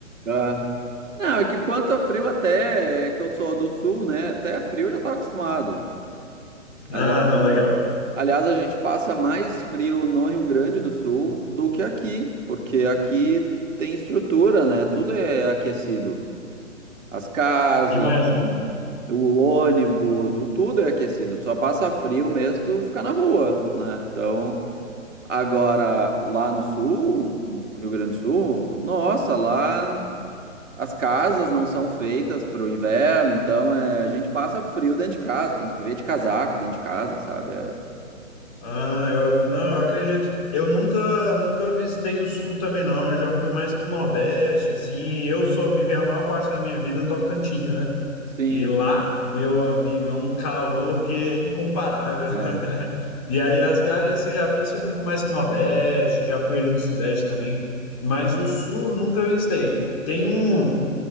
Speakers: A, on the right (about 65°); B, on the left (about 25°).
A: ah. Não, é que quanto a frio até, é, que eu sou do sul, né? Até frio eu já tava acostumado.
B: Não,
A: Ali-
B: não, legal.
A: Aliás, a gente passa mais frio no Rio Grande do Sul do que aqui, porque aqui tem estrutura, né? Tudo é aquecido. As casas,
B: Imagino.
A: o ônibus, o tudo é aquecido. Tu só passa frio mesmo se tu ficar na rua, né? Então, agora lá no sul, no Rio Grande do Sul, nossa, lá As casas não são feitas para o inverno, então é, a gente passa frio dentro de casa, tem que viver de casaco dentro de casa, sabe? É,
B: Ah, eu, não, eu acredito. Eu nunca, nunca visitei o Sul também, não. Eu já fui mais pro Nordeste, assim. Eu só vivi a maior parte da minha vida no Tocantins, né?
A: sim,
B: E lá, meu amigo, é um calor que é incomparável. <laughs>
A: ah,
B: E aí, as viagens que eu já fiz foi muito mais pro Nordeste, já fui ali no Sudeste também. Mas o Sul, eu nunca visitei. Tem um,